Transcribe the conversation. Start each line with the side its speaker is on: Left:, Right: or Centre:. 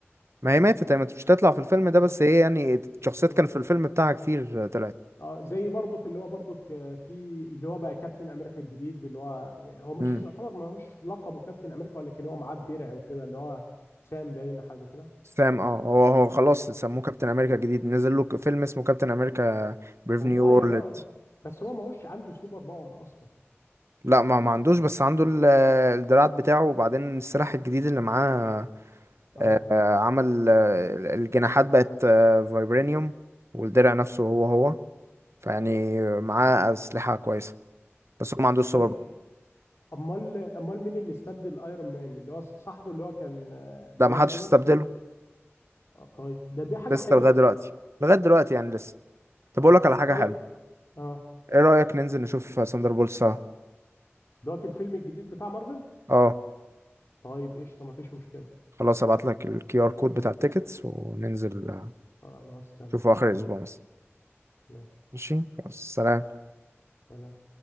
Right: ما هي ماتت هي ماتت- مش تطلع في الفيلم ده
Left: اه
Right: بس هي يعني شخصيات
Left: اه
Right: كان في الفيلم بتاعها كتير طلعت
Left: اه زي برضك اللي هو برضك آه، في اللي هو بقى كابتن امريكا الجديد اللي هو يعني هو مش
Right: امم
Left: يعتبر ما هوش لقبه كابتن امريكا ولكن هو معاه الدرع وكده اللي هو سام باين حاجه زي كده
Right: سام اه هو هو خلاص سموه
Left: آه.
Right: كابتن امريكا جديد نزل له فيلم اسمه كابتن امريكا بريف
Left: والله
Right: نيو وورلد
Left: يعني هو بس هو ما هوش عنده سوبر باور اصلا
Right: لا ما ما عندوش بس عنده ال- الدراعات بتاعه وبعدين السلاح الجديد اللي معاه
Left: اه
Right: آه، عمل آه، الجناحات بقت آه، فايبرينيوم والدرع نفسه هو هو فيعني معاه أسلحة كويسة بس هو ما عندوش
Left: طيب
Right: سوبر باور.
Left: امال امال مين اللي استبدل ايرون مان اللي هو صاحبه اللي هو كان آه، بلاك
Right: ده ما حدش
Left: كده
Right: استبدله
Left: آه طيب ده دي حاجه
Right: لسه
Left: حلوه
Right: لغاية
Left: اصلا
Right: دلوقتي لغاية دلوقتي يعني لسه طب
Left: اه
Right: أقول لك على حاجة
Left: طيب
Right: حلوة
Left: اه
Right: ايه رأيك ننزل نشوف ساندر بول سوا
Left: دلوقتي الفيلم الجديد بتاع مارفل
Right: اه
Left: طيب قشطة مفيش مشكلة
Right: خلاص هبعت لك الكي ار كود بتاع التيكتس وننزل آه،
Left: خلاص تمام
Right: نشوفه اخر الاسبوع مثلا
Left: ماشي
Right: ماشي خلاص سلام
Left: سلام